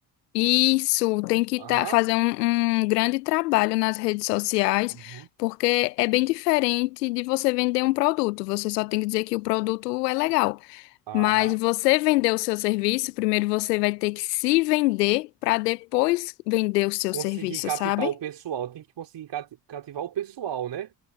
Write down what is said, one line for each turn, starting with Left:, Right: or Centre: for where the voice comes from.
Left: isso, tem que
Right: Aham.
Left: tá, fazer um, um grande trabalho nas redes sociais,
Right: Uhum.
Left: porque é bem diferente de você vender um produto. Você só tem que dizer que o produto é legal.
Right: Aham.
Left: Mas você vender o seu serviço, primeiro você vai ter que se vender para depois vender o seu
Right: conseguir
Left: serviço,
Right: captar
Left: sabe?
Right: o pessoal, tem que conseguir cati- cativar o pessoal, né?